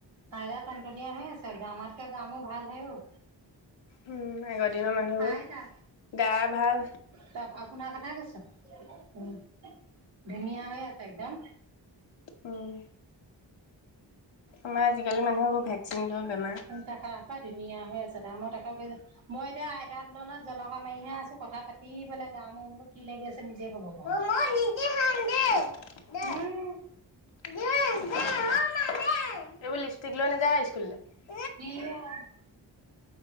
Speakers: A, on the right; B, on the left.
A: আইতা টন-টনিয়া হৈ আছে। গা আমাতকৈ গা-মূৰ ভাল হে হ'ল।
B: উম আগৰ দিনৰ মানুহবোৰ
A: আইতা।
B: গা ভাল
A: তা -পা শুনা কথা কৈছে। উম। ধুনীয়া হৈ আছে একদম।
B: উম। আমাৰ আজিকালি মানুহবোৰ ভেকচিন লৈ বেমাৰ।
A: তাকে ধুনীয়া হৈ আছে তাই, মই তাকেই কৈছো। মই এতিয়া আইতাৰ তুলনাত জলকা মাৰিহে আছো। কথা-পাতি কি বোলে, গা-মূৰ বোলো কি লাগি আছে? নিজেই কব পাও।
B: অ মই নিজে খাম দে দে
A: হম।
B: দে অ' মা দে। এইবোৰ লিপষ্টিক লৈ নাযায় স্কুললৈ।
A: <unintelligible>